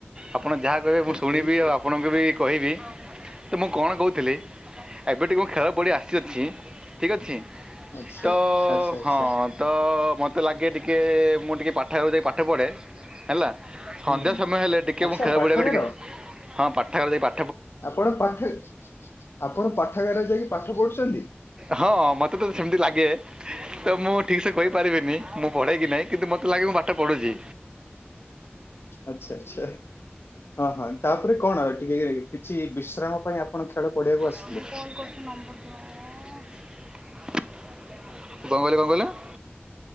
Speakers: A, on the right; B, on the left.
A: ଆପଣ ଯାହା କହିବେ ମୁଁ ଶୁଣିବି
B: ଠିକ
A: ଆଉ ଆପଣଙ୍କ ବି କହିବି ତ ମୁଁ କଣ କହୁଥିଲି ଏବେ ଟିକେ ମୁଁ ଖେଳ ପଡ଼ିଆ ଆସିଅଛି। ଠିକ୍ ଅଛି
B: ଅଛି
A: ତ
B: ଆଚ୍ଛା ଆଚ୍ଛା ଆଚ୍ଛା
A: ହଁ। ତ ମୋତେ ଲାଗେ ଟିକିଏ ମୁଁ ଟିକିଏ ପାଠଗାର ଯାଇ ପାଠ ପଢ଼େ। ହେଲା ସନ୍ଧ୍ୟା
B: ହୁଁ ହୁଁ
A: ସମୟ ହେଲେ ଟିକେ
B: ଆଚ୍ଛା
A: ମୁଁ ଖେଳ
B: ପାଠାଗାର
A: ପଡିଆକୁ ଟିକେ ହଁ ପାଠଗାର ଯାଇ ପା
B: ଆପଣ ପାଠ ଆପଣ ପାଠାଗାର ଯାଇକି ପାଠ ପଢୁଛନ୍ତି।
A: ହଁ ମତେ ତ ସେମିତି ଲାଗେ। ତ ମୁଁ ଠିକ ସେ କହିପାରିବିନି ମୁଁ ପଢେ କି ନାହିଁ କିନ୍ତୁ ମତେ ଲାଗେ ମୁଁ ପାଠ ପଢୁଛି।
B: ଆଚ୍ଛା ଆଚ୍ଛା ହଁ ହଁ ତାପରେ କଣ ଆ ଟିକେ କିଛି ବିଶ୍ରାମ ପାଇଁ ଆପଣ ଖେଳ ପଡିିଆକୁ ଆସ
A: ବୋଉ କହିଲେ କଣ କହିଲ।